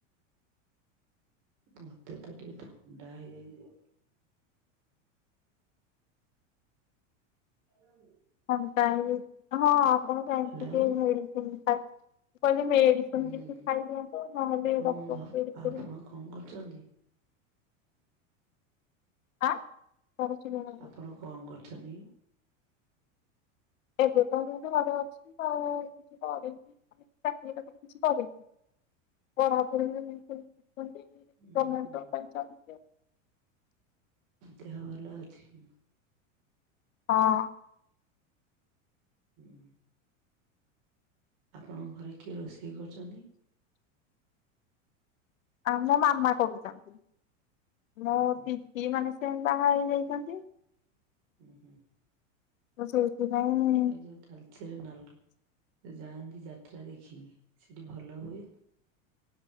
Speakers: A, on the right; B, on the left.
A: ମତେ ତ ଟିକେ ଥଣ୍ଡା ହେଇଯାଇଚି ଆଉ। <inaudible>
B: ଥଣ୍ଡା ହେଇଯାଇଚି, ହଁ ଆପଣ <inaudible>
A: ହ୍ୟାଲୋ
B: ମୁଁ କହିଲି ମେଡିସିନ୍
A: ହୁଁ
B: କିଛି ଖାଇଦିଅନ୍ତୁ, ନହେଲେ
A: ଆପଣ
B: ଡ଼କ୍ଟର <unintelligible>
A: ଆପଣ କଣ କରୁଚନ୍ତି?
B: ଆଁ? ତାର ଶୁଣିବା
A: ଆପଣ କଣ କରୁଚନ୍ତି?
B: ଏବେ ତ ମୁଁ ଘର ଅଛି ଆଉ କିଛି କରିନି ଚାକିରି ବାକିରି କିଛି କରିନି। ପଢାପଢି <inaudible>
A: ଉଁ ହୁଁ ଦେ ହଭଲ ଅଛି?
B: ହଁ।
A: ହୁଁ, ଆପଣଙ୍କ ଘରେ କିଏ ରୋଷେଇ କରୁଚନ୍ତି?
B: ଆ ମୋ ମାମା କରୁଥିଲା, ମୋ
A: ଉଁ ହୁଁ
B: ଦି ଦି ମାନେ ସେ ବାହା ହେଇଯାଇଚନ୍ତି,
A: ଉଁ ହୁଁ
B: ତ ସେ ଥିପାଇଁ
A: ଏଯୋଉ ତାଲଚେର୍ ନାଲ ଯାଆନ୍ତି ଯାତ୍ରା ଦେଖି ସେଠି ଭଲ ହୁଏନି?